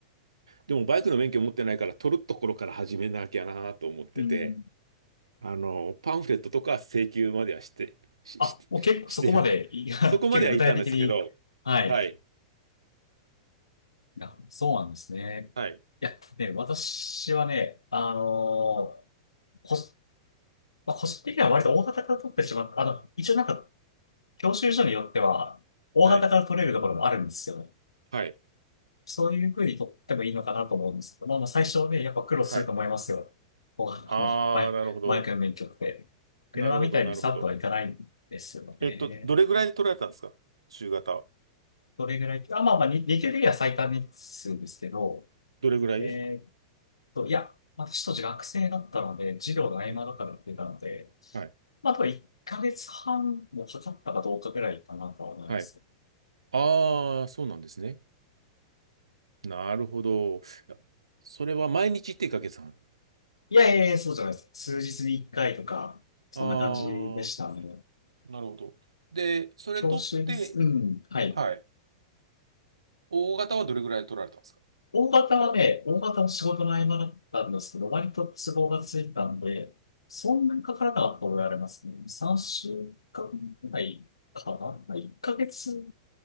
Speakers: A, on the right; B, on the left.
A: でもバイクの免許持ってないから取るところから始めなきゃなと思ってて、
B: うん。
A: あの、パンフレットとか請求まではして、し、
B: あ、
A: し、
B: もう結構そこまで、
A: してる、
B: いや、
A: そこまではいたんですけど、
B: <laughs> 結構具体的に。
A: <laughs>
B: はい。
A: はい、
B: いや、そうなんですね。
A: はい、
B: いや、ね、私はね、あのー、個、まあ、個人的には割と大型から取ってしまった。あの、一応なんか、教習所によっては、大型から取れるところもあるんですよ。
A: はい、はい、
B: そういう風にとってもいいのかなと思うんですけど、まあまあ最初はね、やっぱ苦労すると思いますよ。
A: はい。
B: こうあのバイバイクの免許って。
A: ああ、なるほど。
B: 車みたいにさっとはいかないんですよね。
A: なるほど、なるほど。えっと、どれぐらいで取られたんですか中型は。
B: どれぐらい、あ、まあまあ、に日給的には最短日数ですけど、
A: どれぐらいで
B: えーっと、いや、私当時学生だったので、授業の合間とかでやってたので、
A: うん。はい、
B: まあ、あと1ヶ月半もかかったかどうかぐらいかなとは思います。
A: はい。ああ、そうなんですね。なるほど。いやそれは毎日ってかけさん。
B: いやいやいや、そうじゃないです。数日に1回とか、そんな感じでしたね。
A: ああ、なるほど。で、それ取って、
B: 教習ですうん、はい。
A: はい。大型はどれぐらい取られたんですか
B: 大型はね、大型の仕事の合間だったんですけど、割と都合がついたんで、そんなにかからなかったと言われますね。2、3週間ぐらいかなま ?1 ヶ月